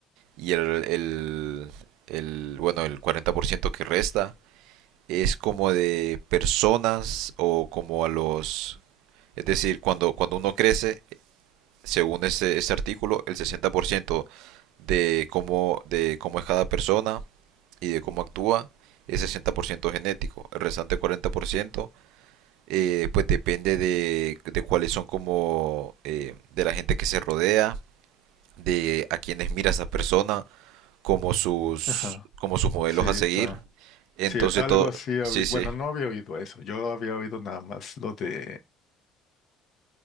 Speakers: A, on the right (about 80°); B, on the left (about 45°).
A: Y el, el, el, bueno, el 40% que resta es como de personas o como a los... Es decir, cuando, cuando uno crece, según ese, ese artículo, el 60% de cómo, de cómo es cada persona y de cómo actúa es 60% genético. El restante cuarenta por ciento eh, pues depende de, de cuáles son como eh, de la gente que se rodea, de a quienes mira esa persona, como sus,
B: Ajá,
A: como sus modelos
B: sí, está.
A: a seguir. Entonces
B: Sí, algo
A: todo,
B: así había,
A: sí, sí.
B: bueno, no había oído eso, yo había oído nada más lo de